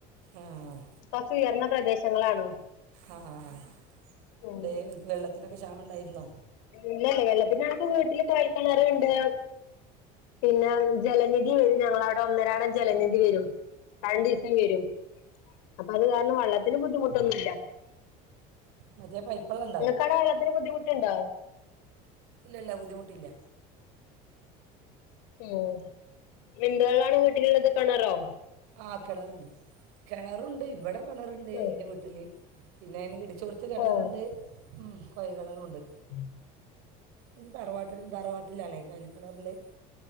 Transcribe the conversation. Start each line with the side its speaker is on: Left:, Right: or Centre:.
Right: ആഹ്
Left: കൊർച്ച് ഉയർന്ന പ്രദേശങ്ങളാണ്
Right: ആഹ്ആഹ്
Left: ഉം
Right: തേ വെള്ളത്തിനൊക്കെ ക്ഷാമം ഇണ്ടായിര്ന്നോ
Left: ഇല്ലല്ല വെള്ളത്തിനായിട്ട് വീട്ടില് കൊഴൽക്കെണറ്ണ്ട് പിന്നെ ജലനിധി വരും ഞങ്ങളവ്ടെ ഒന്നരാടം ജലനിധി വരും രണ്ടീസം വരും അപ്പ അത് കാരണം വള്ളത്തിന് ബുദ്ധിമുട്ടൊന്നുല്ല
Right: മറ്റേ പൈപ്പള്ളൺ
Left: ഇങ്ങക്കവ്ടെ വള്ളത്തിന് ബുദ്ധിമുട്ട്ണ്ടോ
Right: ഇല്ല ഇല്ല ബുദ്ധിമുട്ടില്ല
Left: ഉം എന്ത് വെള്ളാണ് വീട്ടില്ള്ളത് കെണറോ
Right: ആഹ് കെണറുണ്ട് കെണറുണ്ട് ഇവടെ കെണറ്ണ്ട്
Left: ആഹ്
Right: ഇന്റെ വീട്ട്ല് പിന്നെ ഇന്നെ കെട്ടിച്ചോട് ത്ത് കെണറുണ്ട്
Left: ഉം
Right: ഉം കൊയൽ കെണറൂണ്ട്
Left: <inaudible>
Right: ഉം തറവാട്ടില് തറവാട്ടിലാലേ കെയൽകെണറ്ള്ള്